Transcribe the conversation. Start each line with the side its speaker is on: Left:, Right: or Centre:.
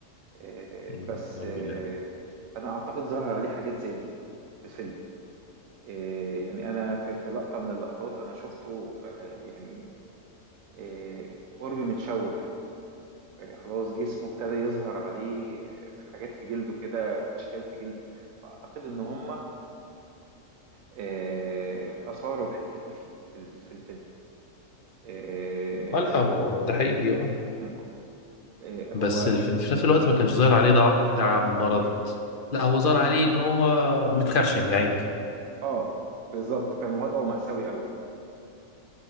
Right: إيه،
Left: أمم،
Right: بس
Left: اعوذ
Right: إيه،
Left: بالله
Right: أنا أعتقد ظهر عليه حاجات زي دي في الفيلم إيه، يعني أنا في في لقطة من اللقطات أنا شفته آه، يعني إيه، قرب متشوه إيه، خلاص جسمه ابتدى يظهر عليه آه، في حاجات في جلده كده أشكال في جلده فأعتقد إن هما آه، أثاروا الحتة دي فيه في ال- في الفيلم آه،
Left: اه لا هو ده حقيقي اه
Right: مم. آه،
Left: بس
Right: هو
Left: الف- في نفس الوقت ما كانش ظاهر عليه ضعف تعب مرض لا هو ظهر عليه ان هو متخرشم يعني
Right: اه بالظبط كان وضعه مأساوي قوي